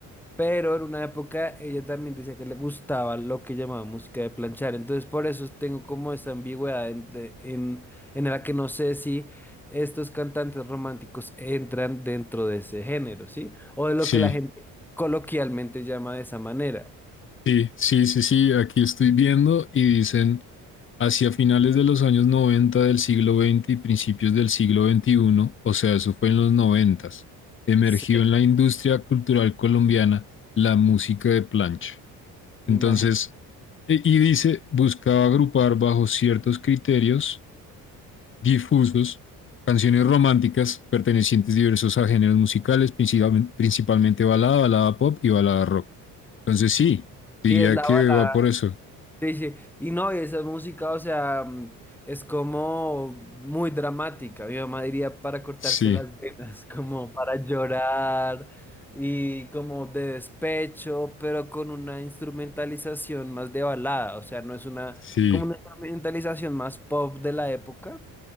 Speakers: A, in the centre; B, on the left (about 35°).
A: Pero en una época ella también decía que le gustaba lo que llamaba música de planchar. Entonces por eso tengo como esa ambigüedad en, de- en, en la que no sé si estos cantantes románticos entran dentro de ese género, ¿sí? O de lo
B: Sí,
A: que la gente coloquialmente llama de esa manera.
B: sí, sí, sí, sí, aquí estoy viendo y dicen... Hacia finales de los años 90 del siglo XX y principios del siglo XXI, o sea, eso fue en los 90, emergió
A: Sí,
B: en la industria cultural colombiana la música de plancha.
A: imagino.
B: Entonces, e- y dice, buscaba agrupar bajo ciertos criterios difusos canciones románticas pertenecientes diversos a géneros musicales, principalmente, principalmente balada, balada pop y balada rock. Entonces, sí, diría
A: Sí, es la
B: que
A: balada
B: va por eso.
A: Sí, sí, y no, y esa música, o sea, mm, es como muy dramática. Mi mamá diría para cortarse
B: Sí,
A: las venas, <laughs> como para llorar y como de despecho, pero con una instrumentalización más de balada, o sea, no es una,
B: sí.
A: como una instrumentalización más pop de la época.